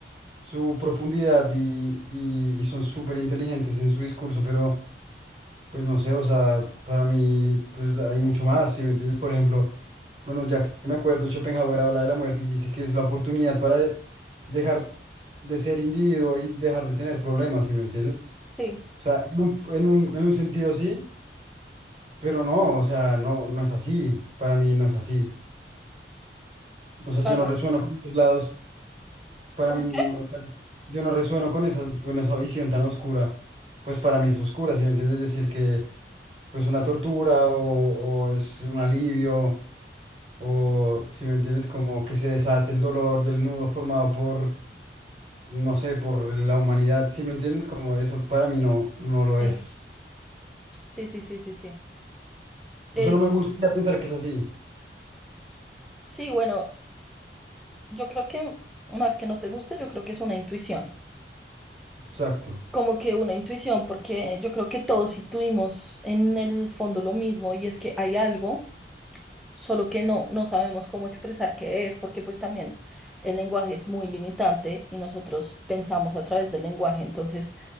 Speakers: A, on the right; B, in the centre.
A: su profundidad y, y- y son súper inteligentes en su discurso, pero pues no sé, o sea, para mí pues hay mucho más, si me entiendes? Por ejemplo, bueno, ya que me acuerdo, Schopenhauer habla de la muerte y dice que es la oportunidad para de- dejar de ser individuo y dejar de tener problemas, si me entiendes? O
B: Sí,
A: sea, en un, en un- en un sentido sí, pero no, o sea, no, no es así. Para mí no es así. O sea,
B: claro.
A: yo no resueno con esos lados. Para
B: ¿Con
A: mí, no- o sea, yo no resueno con esa, con esa visión tan oscura. Pues para mí es oscura, si me entiendes decir que pues una tortura o, o es un alivio o si me entiendes como que se desate el dolor del nudo formado por, no sé, por la humanidad, si me entiendes como eso para mí no, no lo
B: qué?
A: es.
B: Sí, sí, sí, sí, sí. Es,
A: O sea, no me gustaría pensar que es así.
B: sí, bueno, yo creo que más que no te guste, yo creo que es una intuición.
A: Exacto.
B: Como que una intuición, porque yo creo que todos intuimos en el fondo lo mismo y es que hay algo solo que no, no sabemos cómo expresar qué es, porque pues también el lenguaje es muy limitante y nosotros pensamos a través del lenguaje, entonces